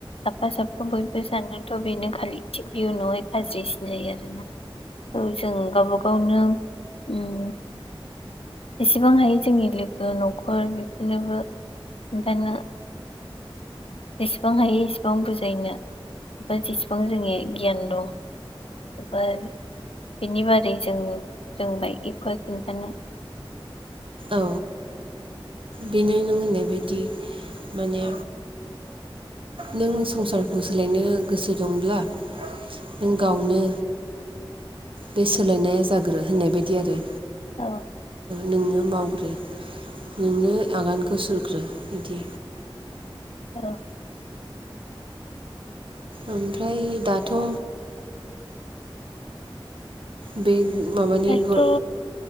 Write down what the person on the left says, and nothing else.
साफा साफा बयबो सानोथ' बेनो खालि थिग बिनि उनावहाय गाज्रिसिन जायो। औ जों गावबा गाव ओं ओं उम एसेबां हायो जोंनि लो गो न'खर बेफोरनोबो खोन्थानो जेसेबां हायो एसेबां बुजायनो बा जेसेबां जोंनि गियान दं एबार बेनि बारै जोंबो रोंबाय इफोर खोनथानो।
औ
औ।
दाथ'
ओ